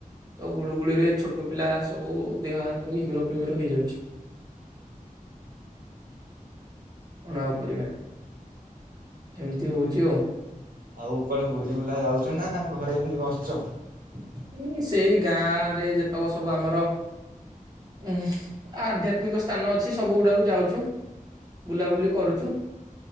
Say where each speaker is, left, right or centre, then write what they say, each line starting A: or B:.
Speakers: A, on the right; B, on the right.
A: ତ ଗୁଳୁଗୁଳିରେ ଛୋଟ ପିଲା ସବୁ ଦେହ ହାତ ଘିମିର ଫିମିର ହେଇଯାଉଛି। କଣ ଆଉ କରିବା ଏମିତି ହଉଛି ଆଉ
B: ଆଉ କୁଆଡେ ବୁଲି ବୁଲା ଯାଉଛ ନା ଘରେ ଏମିତି ବସିଛ।
A: ଏଁବି ସେଇ ଗାଁ ରେ ଯେତକ ସବୁ ସବୁ ଆମର। ଏଁ ଆଧ୍ୟାତ୍ମିକ ସ୍ଥାନ ଅଛି ସବୁ ଗୁଡାକୁ ଯାଉଛୁ ବୁଲାବୁଲି କରୁଛୁ